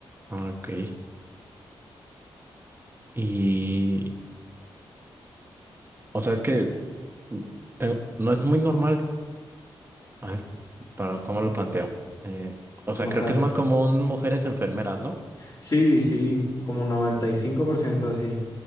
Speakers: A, on the right (about 25°); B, on the left (about 45°).
A: ah, ok. Y, o sea, es que mm, tengo- no es muy normal, ay, para cómo lo planteo. Eh, o
B: cómo
A: sea, creo
B: salga.
A: que es más común mujeres enfermeras, ¿no?
B: Sí, sí, como un 95% así.